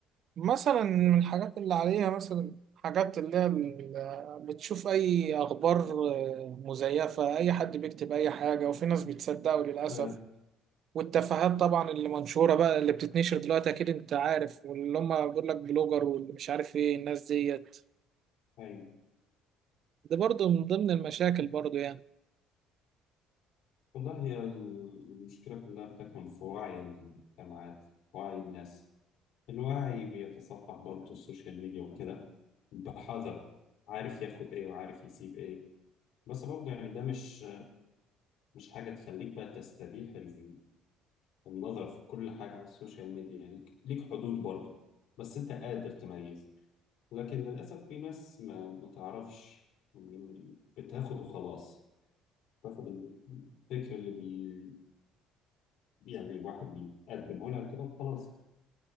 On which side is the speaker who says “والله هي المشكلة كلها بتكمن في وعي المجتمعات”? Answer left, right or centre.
Left